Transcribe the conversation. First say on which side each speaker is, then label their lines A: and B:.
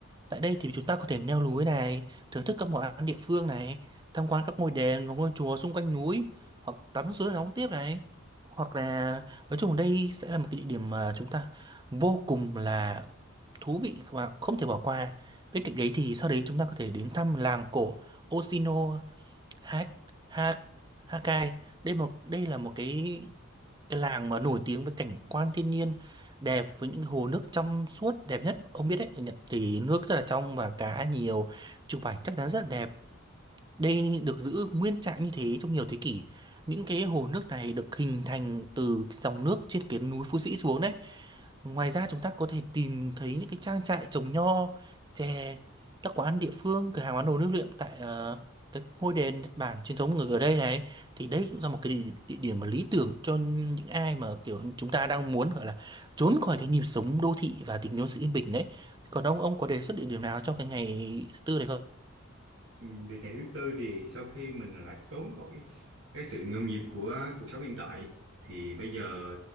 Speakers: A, on the right; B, on the right.
A: Tại đây thì chúng ta có thể leo núi này, thưởng thức các món ăn địa phương này, tham quan các ngôi đền và ngôi chùa xung quanh núi, hoặc tắm suối nóng tiếp này. Hoặc là nói chung đây sẽ là một cái địa điểm mà chúng ta vô cùng là thú vị và không thể bỏ qua. Bên cạnh đấy thì sau đấy chúng ta có thể đến thăm làng cổ Osino Hát Hát Hakai đây một đây là một cái cái làng mà nổi tiếng với cảnh quan thiên nhiên đẹp với những hồ nước trong suốt đẹp nhất ông biết đấy ở Nhật thì nước rất là trong và cá nhiều chụp ảnh chắc chắn rất là đẹp đây được giữ nguyên trạng như thế trong nhiều thế kỷ những cái hồ nước này được hình thành từ dòng nước trên cái núi Phú Sĩ xuống đấy Ngoài ra chúng ta có thể tìm thấy những cái trang trại trồng nho, chè, các quán địa phương, cửa hàng bán đồ lưu niệm tại ờ, các ngôi đền Nhật Bản truyền thống ở ở đây này. Thì đây cũng là một cái địa, địa điểm mà lý tưởng cho những ai mà kiểu chúng ta đang muốn gọi là trốn khỏi cái nhịp sống đô thị và tìm kiếm sự yên bình đấy. Còn ông ông có đề xuất địa điểm nào cho cái ngày thứ tư này không?
B: Ừ, Việc ngày thứ tư thì sau khi mình đã trốn khỏi cái sự nhộn nhịp của cuộc sống hiện đại thì bây giờ